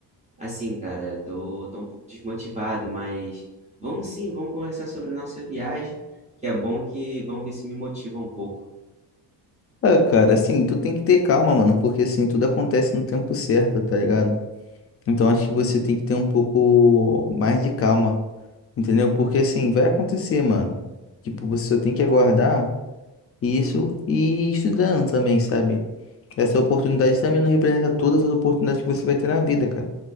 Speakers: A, on the right; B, on the left.
A: assim, cara, tô, tô um pouco desmotivado, mas vamos sim, vamos conversar sobre nossa viagem, que é bom que vamos ver se me motiva um pouco.
B: Ah, cara, assim, tu tem que ter calma, mano, porque assim, tudo acontece no tempo certo, tá ligado? Então acho que você tem que ter um pouco mais de calma, entendeu? Porque assim, vai acontecer, mano. Tipo, você só tem que aguardar isso e ir estudando também, sabe? Essa oportunidade também não representa todas as oportunidades que você vai ter na vida, cara.